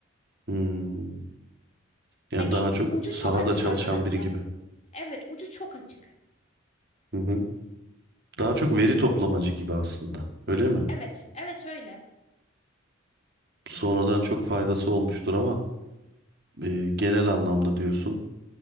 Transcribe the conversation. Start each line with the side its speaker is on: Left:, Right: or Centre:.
Right: Hmm.
Left: Hani
Right: Yani daha çok
Left: ucu
Right: sahada
Left: çok açık
Right: çalışan
Left: anladın
Right: biri
Left: mı?
Right: gibi.
Left: Evet, ucu çok açık.
Right: Hı hı. Daha çok veri toplamacı gibi aslında. Öyle mi?
Left: Evet, evet öyle.
Right: Sonradan çok faydası olmuştur ama e, genel anlamda diyorsun